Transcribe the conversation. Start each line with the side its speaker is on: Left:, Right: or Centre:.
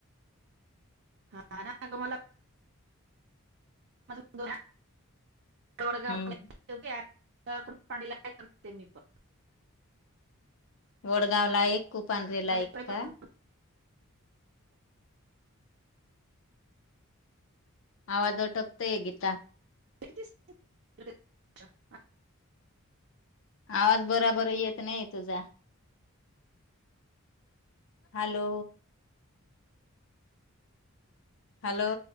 Right: हा- ना- ग -मला <unintelligible> त्याकुड-
Left: हम्म
Right: पाणीला- काय करतते मी पण
Left: वडगावला एक कूपांढरे ला
Right: माझ्याकडे
Left: एक का?
Right: पण
Left: आवाज अटकतोय गीता
Right: एकतीस <unintelligible>
Left: आवाज बराबर येत नाही तुझा हॅलो हॅलो